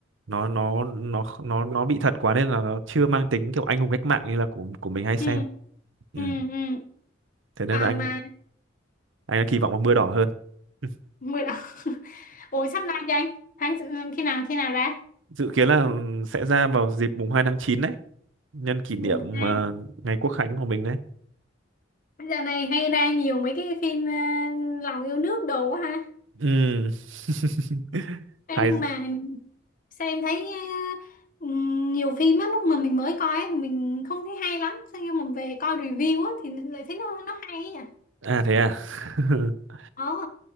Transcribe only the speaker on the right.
nó nó nó nó nó bị thật quá nên là nó chưa mang tính kiểu anh hùng cách mạng như là của của mình hay xem
ừ.
thế nên
là anh
anh đang kỳ vọng vào mưa đỏ hơn <laughs>
dự kiến là ừ, sẽ ra vào dịp mùng 2 tháng 9 đấy nhân kỷ niệm
ờ, ngày Quốc khánh của mình đấy
ừ. <laughs>
hay
à thế à <laughs>